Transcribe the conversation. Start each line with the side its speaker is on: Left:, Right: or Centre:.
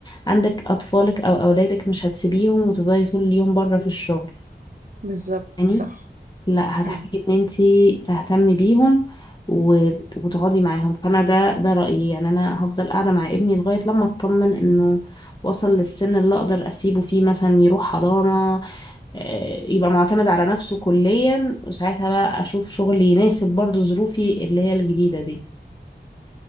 Left: عندك اطفالك او اولادك مش هتسيبيهم وتفضلي طول اليوم بره في الشغل
Right: بالظبط
Left: يعني
Right: صح
Left: لا هتحتاجي
Right: مم.
Left: ان انتي تهتمي بيهم و- وتقعدي معاهم فانا ده ده رايي يعني انا هفضل قاعده مع ابني لغايه لما اطمن انه وصل للسن اللي اقدر اسيبه فيه مثلا يروح حضانه آه، يبقى معتمد على نفسه كليا وساعتها بقى اشوف شغل يناسب برضو ظروفي اللي هي الجديدة دي